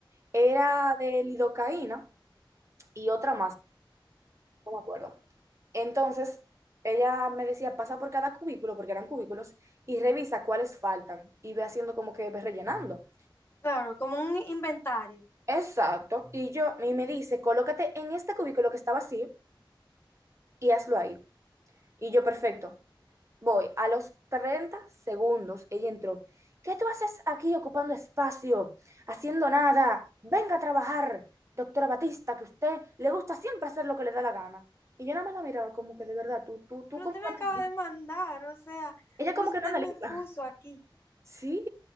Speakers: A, on the right; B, on the left.
A: era de lidocaína y otra más, no me acuerdo. Entonces, ella me decía, pasa por cada cubículo, porque eran cubículos, y revisa cuáles faltan, y ve haciendo como que ve rellenando.
B: Claro, como un inventario.
A: Exacto, y yo, y me dice, colócate en este cubículo que está vacío y hazlo ahí. Y yo, perfecto, Voy, a los 30 segundos, ella entró. ¿Qué tú haces aquí ocupando espacio, haciendo nada? Venga a trabajar, doctora Batista, que a usted le gusta siempre hacer lo que le da la gana. Y yo nada más la miraba como que de verdad, tú, tú, tú
B: Pero
A: como
B: usted me
A: analiza.
B: acaba de mandar, o sea,
A: Ella
B: usted
A: como que no analiza.
B: me puso
A: <laughs>
B: aquí.
A: Sí,